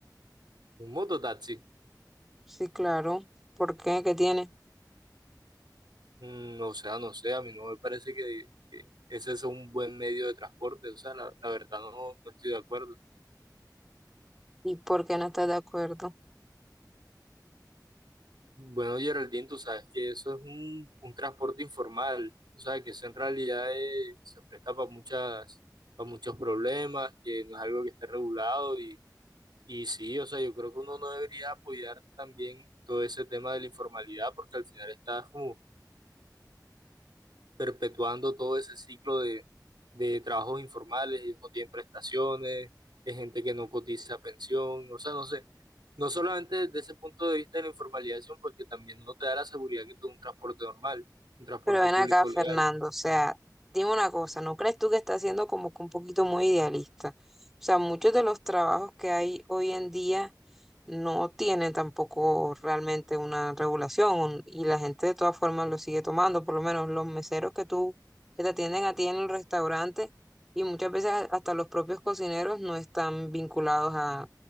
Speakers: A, on the right; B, in the centre.
A: ¿Un mototaxi?
B: sí, claro. ¿Por qué? ¿Qué tiene?
A: Mm, o sea, no sé, a mí no me parece que, que ese es un buen medio de transporte, o sea, la, la verdad no, no estoy de acuerdo.
B: ¿Y por qué no estás de acuerdo?
A: Bueno, Geraldine, tú sabes que eso es un, un transporte informal, o sea, que eso en realidad eh, se presta para muchas, para muchos problemas, que no es algo que esté regulado y, y sí, o sea, yo creo que uno no debería apoyar también todo ese tema de la informalidad porque al final estás como perpetuando todo ese ciclo de, de trabajos informales, ellos no tienen prestaciones, es gente que no cotiza pensión, o sea, no sé. No solamente desde ese punto de vista de la informalización, porque también no te da la seguridad que tú un transporte normal, un transporte
B: Pero ven
A: público
B: acá, Fernando,
A: legal.
B: o sea, dime una cosa, ¿no crees tú que está siendo como que un poquito muy idealista? O sea, muchos de los trabajos que hay hoy en día no tienen tampoco realmente una regulación un- y la gente de todas formas lo sigue tomando, por lo menos los meseros que tú, que te atienden a ti en el restaurante y muchas veces a- hasta los propios cocineros no están vinculados a,